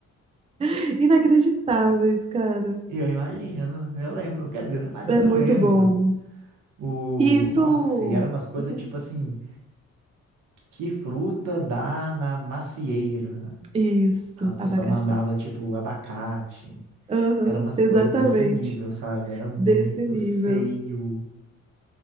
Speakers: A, on the right; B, on the right.
A: <laughs> inacreditáveis, cara.
B: Eu imagino, eu lembro. Quer dizer, não imagino,
A: É muito
B: eu lembro.
A: bom.
B: O...
A: E isso.
B: Nossa, e eram umas coisas
A: Hum.
B: tipo assim, que fruta dá na macieira?
A: Isso,
B: A pessoa
A: abacaxi.
B: mandava, tipo, abacate.
A: Aham,
B: Eram umas
A: exatamente.
B: coisas desse nível, sabe? Era muito
A: Desse nível.
B: feio.